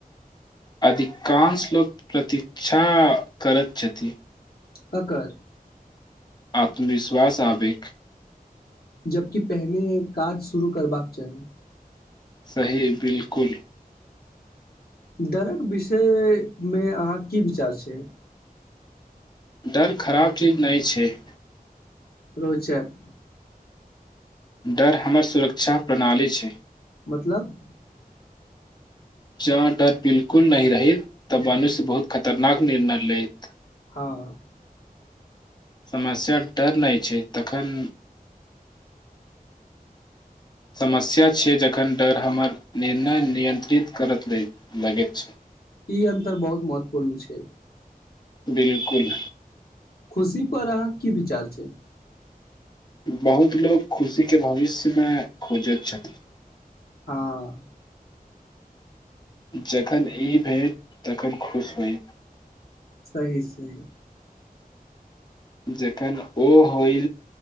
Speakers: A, on the left (about 25°); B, on the left (about 80°).
A: अधिकांश लोक प्रतिक्षा करैत छथि
B: ककर
A: आत्मविश्वास आबेक
B: जबकि पहिनेे काज शुरू करबाक चाही
A: सही बिलकुल
B: डरक विषयमे अहाँ की विचार छैय
A: डर खराब चीज नहि छैय
B: रोचक
A: डर हमर सुरक्षा प्रणाली छैय।
B: मतलब
A: जँ डर बिलकुल नहि रहैत तब मनुष्य बहुत खतरनाक निर्णय लैत
B: हँ
A: समस्या डर नहि छैय तखन समस्या छीयै जखन डर हमर निर्णय नियन्त्रित करय लगैत छैय
B: ई अन्तर बहुत महत्वपूर्ण छैय
A: बिलकुल
B: खुशी पर अहाँ की विचार छैय
A: बहुत लोको खुशी के भविष्यमे खोजैत छथिन
B: हँ
A: जखन ई भेलट तखन खुश होइ
B: सही सही
A: जखन ओ होइ